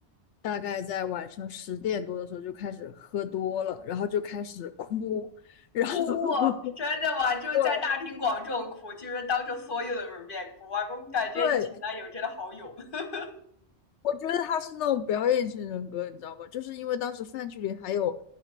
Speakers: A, on the left (about 90°); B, on the left (about 50°).
A: 大概在晚上十点多的时候就开始喝多了，然后就开始哭，然后
B: 哭，
A: <laughs>
B: 真的吗？就是在大庭广众哭，
A: 对，
B: 就是当着所有的人面哭啊！我感觉你前男友真的好勇。
A: 对，
B: <laughs>
A: 我觉得他是那种表演型人格，你知道吗？就是因为当时饭局里还有